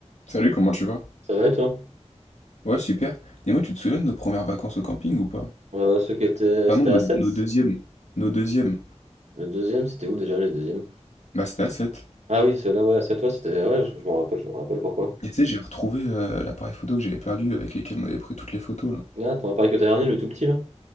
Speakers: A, on the left; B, on the right.
A: Salut, comment tu vas?
B: Ça va et toi?
A: Ouais, super. Dis-moi, tu te souviens de nos premières vacances au camping ou pas?
B: Euh, ceux qui étaient...
A: Enfin
B: C'était
A: non, nos,
B: à sept
A: nos deuxièmes. Nos deuxièmes.
B: Le deuxième, c'était où déjà le deuxième?
A: Bah c'était à 7.
B: Ah oui, c'est là, ouais, c'est toi, c'était... Ouais, je, je m'en rappelle, je me rappelle pourquoi.
A: Et tu sais, j'ai retrouvé euh, l'appareil photo que j'avais perdu avec lesquels on avait pris toutes les photos là.
B: Ah, t'en as parlé que t'as dernier, le tout petit, là?